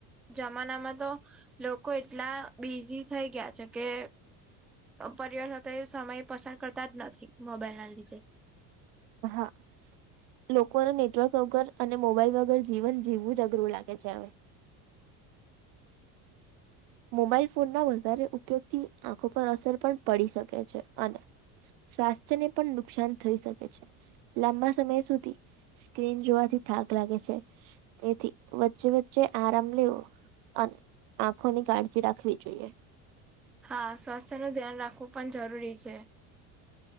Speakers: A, in the centre; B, on the right (about 70°).
A: જમાનામાં તો લોકો એટલા બિઝી થઈ ગયા છે કે પરિવાર સાથે સમય પસાર કરતા જ નથી મોબાઈલ ના લીધે.
B: હા. લોકોને નેટવર્ક વગર અને મોબાઈઇલ વગર જીવન જીવું જ અઘરું લાગે છે હવે. મોબાઈલ ફોન ના વધારે ઉપયોગથી આંખો પર અસર પણ પડી શકે છે અને સ્વાસ્થ્ય ને પણ નુકસાન થઈ શકે છે લાંબા સમય સુધી. સ્ક્રીન જોવાથી થાક લાગે છે. એથી વચ્ચે વચ્ચે આરામ લેવો અને ખુદની કાળજી રાખવી જોઈએ.
A: હા સ્વાસ્થ્યનું ધ્યાન રાખવું પણ જરૂરી છે.